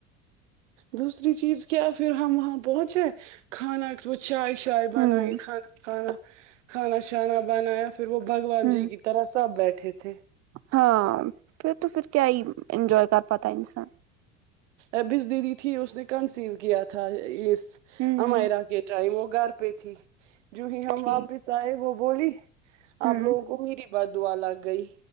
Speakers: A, on the right (about 75°); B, on the right (about 45°).
A: دوسری چیز کیا پھر ہم وہاں پہنچے کھانا وہ چائے شائے بنائیں
B: ہوں
A: کھانا کھانا کھانا شانا بنائیا پھر وہ بھگوان
B: ہوں
A: جی کی طرح سب بیٹھے تھے
B: ہاں پھر تو پھر کیا ہی انجوائے کر پتہ انسان
A: ابز دیدی تھی اس نے کنسیو کیا تھا اس
B: ہوں
A: امئرا کے ٹائم وہ گھر پئے تھی جو ہی ہم
B: ٹھیک
A: واپس آئے وہ بولی
B: ہوں
A: آپ لوگوں کو میری بد دعا لگ گئی